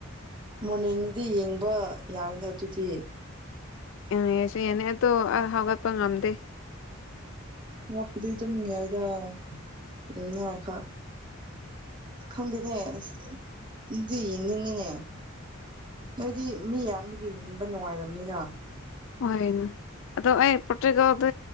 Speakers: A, on the right; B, on the left.
A: ꯃꯣꯔꯅꯤꯡꯗꯤ ꯌꯦꯡꯕ ꯌꯥꯏꯅꯦ ꯑꯗꯨꯗꯤ
B: <unintelligible> ꯑꯗꯣ ꯑꯩ ꯍꯧꯒꯠꯄ ꯉꯝꯗꯦ
A: ꯅꯣꯛꯄꯗꯤ ꯑꯗꯨꯝ ꯌꯥꯏꯗ <unintelligible> ꯈꯪꯗꯦꯅꯦ ꯑꯁ ꯑꯗꯨꯗꯤ ꯌꯦꯡꯅꯤꯡꯉꯤꯅꯦ ꯅꯣꯏꯗꯤ ꯃꯤ ꯌꯥꯝꯕꯒꯤ ꯌꯦꯡꯕ ꯅꯨꯡꯉꯥꯏꯔꯝꯅꯤꯅ
B: ꯍꯣꯏꯅꯦ ꯑꯗꯣ ꯑꯩ ꯄꯣꯇꯨꯀꯜꯗꯣ